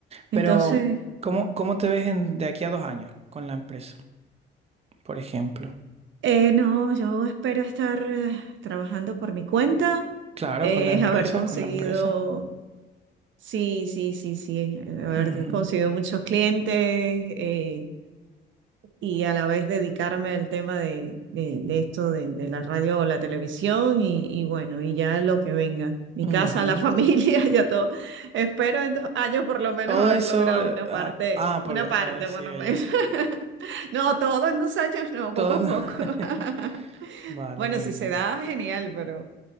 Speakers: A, on the right (about 30°); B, on the right (about 70°).
A: Pero,
B: Entonces,
A: ¿cómo, cómo te ves en- de aquí a dos años con la empresa? por ejemplo.
B: eh, no, yo espero estar eh, trabajando por mi cuenta,
A: Claro,
B: eh,
A: con la empresa,
B: <laughs> haber conseguido
A: con la empresa.
B: Sí, sí, sí, sí. Haber
A: Ujú,
B: conseguido muchos clientes eh, y a la vez dedicarme al tema de, de- de esto de, de la radio o la televisión y, y bueno, y ya lo que venga. Mi
A: ujú.
B: casa, la familia, <laughs> ya todo. Espero en dos años por lo menos
A: Todo
B: haber
A: eso,
B: logrado
A: eh,
B: una
A: ah,
B: parte,
A: ah,
B: una
A: por lo-
B: parte
A: ya decía
B: por lo menos.
A: yo.
B: <laughs> No, todo en dos años no,
A: Todo.
B: poco a poco.
A: <laughs>
B: <laughs>
A: Vale,
B: Bueno,
A: muy
B: si
A: bien.
B: se da, genial, pero